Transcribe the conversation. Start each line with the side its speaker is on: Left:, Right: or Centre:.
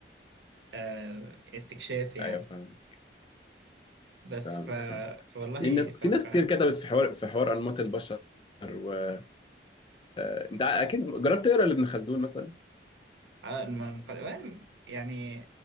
Right: آه، استكشاف يعني
Left: أيوه فاهمك
Right: بس
Left: فاهمك
Right: ف...
Left: فاهم
Right: فوالله
Left: في ناس
Right: ف...
Left: في
Right: ف...
Left: ناس كتير كتبت في حوار في حوار أنماط البشر و آه، أنت أكيد جربت تقرا لابن خلدون مثلا
Right: آه، الم- الم- يعني